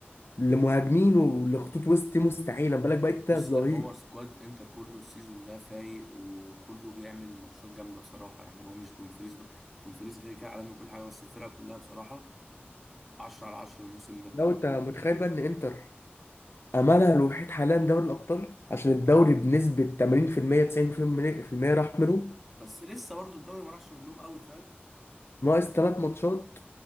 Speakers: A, on the left; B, in the centre.
A: لمهاجمين ولخطوط وسط مستحيله ما بالك بقى انت
B: بص
A: الظهير
B: لا هو سكواد انتر كله السيزون ده فايق وكله بيعمل ماتشات جامده بصراحه يعني هو مش دومفريز ب... دومفريز كده كده عالمي كل حاجه بس الفرقه كلها بصراحه 10 على 10 الموسم ده
A: لو انت متخيل بقى ان انتر املها الوحيد حاليا دوري الابطال عشان الدوري بنسبه 80% 90% راح منهم
B: بس لسه برضو الدوري ما راحش منهم قوي فاهم
A: ناقص ثلاث ماتشات